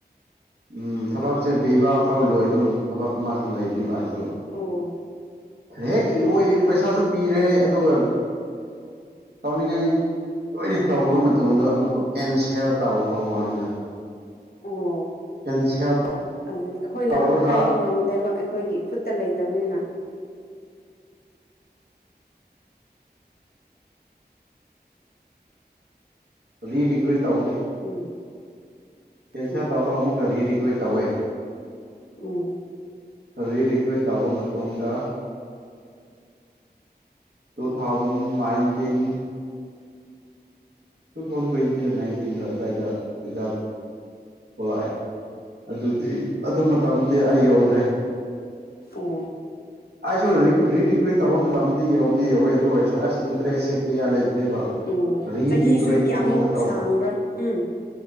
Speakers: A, on the right; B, on the left.
A: ꯎꯝ ꯊꯕꯛꯁꯦ ꯄꯤꯕꯥ ꯐꯥꯎ ꯂꯣꯏꯕ ꯑꯝ ꯊꯕꯛ ꯑꯃꯁꯨ ꯂꯩꯕꯅꯦꯕ ꯑꯩ
B: ꯑꯣ
A: ꯍꯦꯛ ꯂꯣꯏ ꯄꯩꯁꯥꯁꯨ ꯄꯤꯔꯦ ꯑꯗꯨꯒ ꯇꯧꯅꯤꯡꯉꯥꯏ ꯂꯣꯏꯅ ꯇꯧꯔꯕ ꯃꯇꯨꯡꯗ ꯑꯃꯨꯛꯀ ꯀꯦꯟꯁꯦꯜ ꯇꯧꯕ ꯋꯥꯅꯤꯗ
B: ꯑꯣ
A: ꯀꯦꯟꯁꯦꯜ
B: ꯑꯗꯨꯅꯤ ꯑꯩꯈꯣꯏꯅ
A: ꯇꯧꯔꯒ
B: ꯍꯥꯏꯕ ꯉꯝꯗꯦꯕ ꯑꯩꯈꯣꯏꯒꯤ ꯈꯨꯠꯇ ꯂꯩꯇꯕꯅꯤꯅ
A: ꯔꯤ ꯔꯤꯀꯨ꯭ꯔꯋꯦꯠ ꯇꯧꯒꯅꯤ
B: ꯎꯝ
A: ꯀꯦꯟꯁꯦꯜ
B: ꯑꯣ
A: ꯇꯧꯔꯒ ꯑꯃꯨꯛꯀ ꯔꯤꯔꯤꯒ꯭ꯔꯦꯠ ꯇꯧꯋꯦ
B: ꯎꯝ
A: ꯔꯤ ꯔꯤꯒ꯭ꯔꯦꯠ ꯇꯧꯕ ꯃꯇꯨꯡꯗ two thousand nineteen two thousand twenty ꯔ ꯅꯥꯏꯟꯇꯤꯟꯗ꯭ꯔꯥ ꯑꯗꯨꯋꯥꯏꯗ ꯑꯦꯛꯖꯥꯝ ꯊꯣꯛꯂꯛꯑꯦ ꯑꯗꯨꯗꯤ ꯑꯗꯨ ꯃꯇꯝꯗꯤ ꯑꯩ ꯌꯧꯗ꯭ꯔꯦ
B: ꯑꯣ
A: ꯑꯩꯁꯨ ꯔꯤꯀ꯭ꯌꯨꯠ ꯔꯤꯀ꯭ꯌꯨꯠ ꯇꯧꯕ ꯃꯇꯝꯗꯗꯤ ꯌꯧꯕꯗꯤ ꯌꯧꯋꯦ ꯑꯗꯨ ꯑꯣꯏꯔꯁꯨ ꯑꯁ ꯏꯟꯇ꯭ꯔꯦꯁꯁꯦ ꯀꯌꯥ ꯂꯩꯇꯦ ꯇꯦꯕ
B: ꯑꯣ
A: ꯑꯗꯩꯒꯤꯗꯤ
B: ꯆꯍꯤꯁꯨ
A: ꯀ꯭ꯔꯨꯏꯠ
B: ꯀꯌꯥꯃꯨꯛ
A: ꯑꯃꯨꯛꯀꯇꯧ
B: ꯁꯥꯡꯕ꯭ꯔꯥ ꯎꯝ